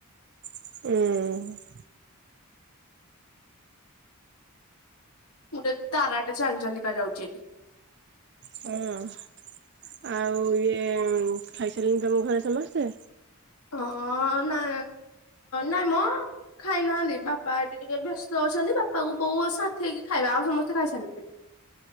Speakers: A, on the right; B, on the left.
A: ହୁଁ
B: ଗୋଟେ ତାରାଟେ ଚାଲି ଚାଲିକା ଯାଉଛି ଏଇଠି।
A: ହଁ ଆଉ ଇଏ ଖାଇସାରିଲଣିି ତମ ଘରେ ସମସ୍ତେ?
B: ହଁ ନାଁ ନାଇଁ ମ ଖାଇନାହାନ୍ତି ବାପାଠି ଟିକେ ବ୍ୟସ୍ତ ଅଛନ୍ତି ବାପା କୁ ବୋଉ ସାଥି ହେଇକି ଖାଇବେ ଆଉ ସମସ୍ତେ ଖାଇସାରିଲେ।